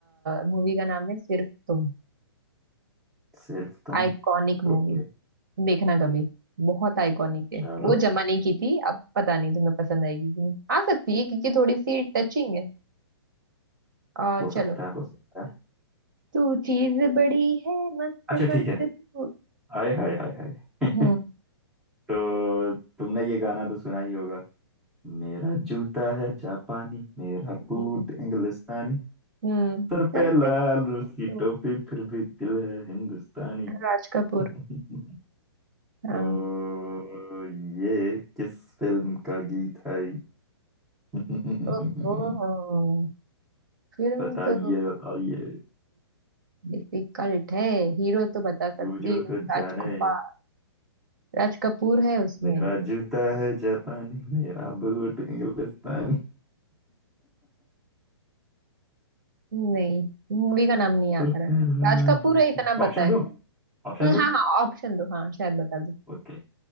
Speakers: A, on the right; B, in the centre.
A: मूवी का नाम है सिर्फ तुम
B: सिर्फ तुम
A: आइकॉनिक मूवी
B: ओके
A: देखना कभी बहुत आइकॉनिक है
B: चलो
A: वो जमाने की थी अब पता नहीं तुम्हें पसंद आएगी कि नहीं आ सकती है क्योंकि थोड़ी सी टचिंग है और
B: हो
A: चलो
B: सकता है हो सकता है
A: तू चीज बड़ी है मस्त
B: अच्छा
A: मस्त
B: ठीक है
A: तू
B: हाय हाय हाय हाय <laughs>
A: हम्म
B: तो तुमने ये गाना तो सुना ही होगा मेरा जूता है जापानी मेरा बूट
A: हम्म
B: इंग्लिस्तानी
A: हम्म, सर
B: सर पे लाल
A: पे
B: रूसी
A: तू
B: टोपी फिर भी दिल है हिंदुस्तानी
A: राज कपूर
B: <laughs>
A: हाँ
B: तो ये किस फिल्म का गीत है <laughs>
A: ओ, ओ, फिल्म
B: बताइए
A: तो
B: बताइए
A: डिफिकल्ट है हीरो तो बता सकती
B: बूझो
A: हूँ
B: तो
A: राजकुपा
B: जाने
A: राज कपूर है उसमें
B: मेरा जूता है जापानी मेरा बूट इंग्लिस्तानी
A: नहीं मूवी का नाम नहीं याद
B: सर
A: आ रहा
B: पे
A: है
B: लाल
A: राज कपूर
B: रूसी
A: है इतना पता
B: ऑप्शन
A: है
B: दो ऑप्शन
A: हम्म,
B: दो
A: हाँ हाँ ऑप्शन दो हाँ शायद बता दो
B: ओके